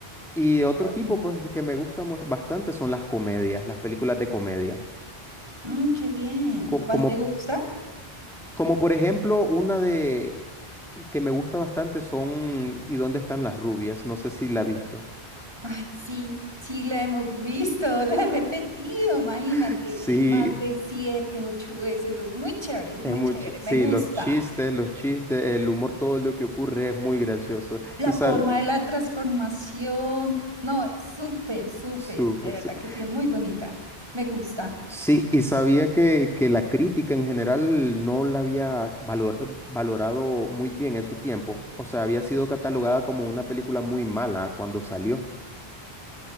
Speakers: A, in the centre; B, on the right (about 25°).
A: y otro
B: qué
A: tipo
B: bonito.
A: pues que me gusta mu- bastante son las comedias, las películas de comedia.
B: Mm, qué bien.
A: Co-
B: ¿Cuál
A: Como,
B: te gusta?
A: como, por ejemplo una de que me gusta bastante son ¿Y dónde están las rubias? No sé si la has visto.
B: Ay, sí, sí, la hemos visto, <laughs> la he repetido, imagínate,
A: <laughs> Sí,
B: más de siete, ocho veces. Es muy chévere, es
A: Es
B: muy
A: mucho,
B: chévere,
A: sí,
B: me gusta.
A: los chistes, los chistes, el humor, todo lo que ocurre es muy gracioso.
B: La
A: Y sabía,
B: forma de la transformación. No, es súper, súper.
A: súper,
B: De verdad
A: súper.
B: que sí, es muy bonita. Me gusta.
A: Sí, y sabía que, que la crítica en general no la había valor- valorado muy bien en su tiempo. O sea, había sido catalogada como una película muy mala cuando salió.